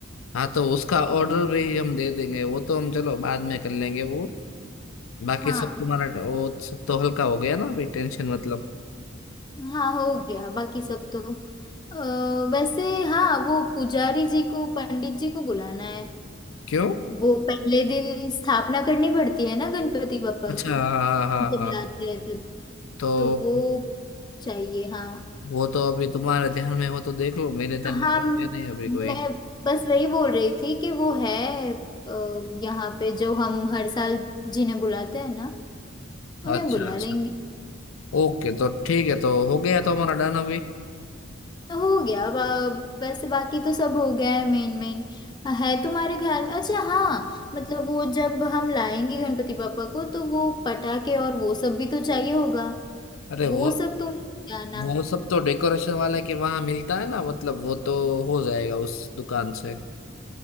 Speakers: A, on the left (about 85°); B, on the left (about 20°).
A: हाँ तो उसका
B: वो-
A: ऑर्डर भी हम दे देंगे वो तो हम चलो बाद में कर लेंगे वो बाकी
B: हाँ
A: सब तुम्हारा वो सब तो हल्का हो गया ना अभी टेंशन मतलब
B: हाँ हो गया बाकी सब तो अ, वैसे हाँ वो पुजारी जी को पंडित जी को बुलाना है
A: क्यों
B: वो पहले दिन स्थापना करनी पड़ती है ना गणपति बापा
A: अच्छा
B: की
A: हाँ हाँ हाँ
B: जब
A: हाँ,
B: लाते
A: हाँ।
B: हैं तब
A: तो
B: तो वो चाहिए हाँ
A: वो तो अभी तुम्हारे ध्यान में हो तो देख लो मेरे ध्यान
B: हाँ
A: में तो है नहीं अभी
B: मैं
A: कोई
B: बस वही बोल रही थी कि वो है अ, यहाँ पे जो हम हर साल जिन्हें बुलाते हैं ना उन्हें
A: अच्छा
B: बुला
A: अच्छा
B: लेंगे
A: ओके तो ठीक है तो हो गया तो हमारा डन अभी
B: तो हो गया अब अब वैसे बाकी तो सब हो गया है मेन मेन है तुम्हारे ख्याल में अच्छा हाँ मतलब वो जब हम लाएंगे गणपति पापा को तो वो पटाखे और वो सब भी तो चाहिए होगा
A: अरे
B: वो
A: वो
B: सब तुम लेके आना
A: वो सब तो डेकोरेशन वाले के वहां मिलता है ना मतलब वो तो हो जाएगा उस दुकान से